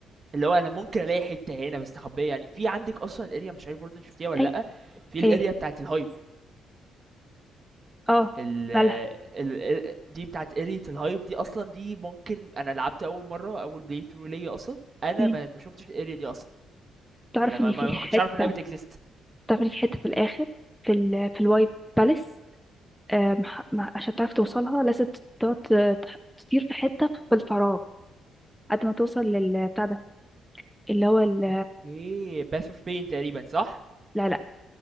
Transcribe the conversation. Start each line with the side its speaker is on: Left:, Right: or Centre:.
Right: اللي هو أنا ممكن ألاقي حتّة هنا مستخبية يعني، في عندِك أصلًا area مش عارف برضه أنتِ شُفتيها والّا
Centre: اي
Right: لأ، في
Centre: ايه
Right: الarea بتاعة الhive
Centre: اه
Right: ال
Centre: بلح
Right: ال آآ دي بتاعة area الhive دي أصلًا دي ممكن أنا لعبت أول مرّة أول play through ليّا أصلًا، أنا
Centre: مم.
Right: ما ما شُفتش الarea دي أصلًا.
Centre: تعرف
Right: انا ما,
Centre: ان
Right: ما
Centre: في
Right: ما كنتش
Centre: حته
Right: عارف انها بتكزيست
Centre: تعرف ان في حته في الاخر في ال... في الوايت باليس آه مح- مع- عشان تعرف توصلها لازم تقعد ت- تطير في حته في الفراغ قد ما توصل للبتاع ده اللي هو ال-
Right: اوكي باث اوف بين تقريبا صح
Centre: العلاج